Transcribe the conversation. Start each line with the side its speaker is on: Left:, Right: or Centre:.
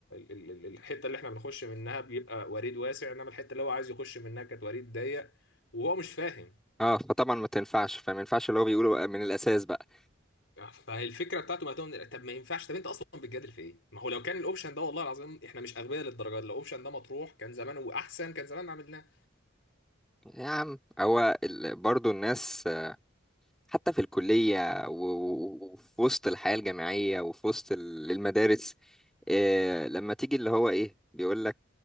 Left: ال ال الحته اللي احنا بنخش منها بيبقى وريد واسع انما الحته اللي هو عايز يخش منها كانت وريد ضيق وهو مش فاهم
Centre: اه فطبعا ما تنفعش فما ينفعش اللي هو بيقوله بقى من الاساس بقى
Left: فالفكره بتاعته مهتمه طب ما ينفعش طب انت اصلا بتجادل في ايه ما هو لو كان الاوبشن ده والله العظيم احنا مش اغبياء للدرجه دي لو الاوبشن ده مطروح كان زمان واحسن كان زمان عملناه
Centre: يا عم هو ال- برضو الناس آه، حتى في الكليه و- و- وفي وسط الحياه الجامعيه وفي وسط ال- المدارس آه، لما تيجي اللي هو ايه بيقول لك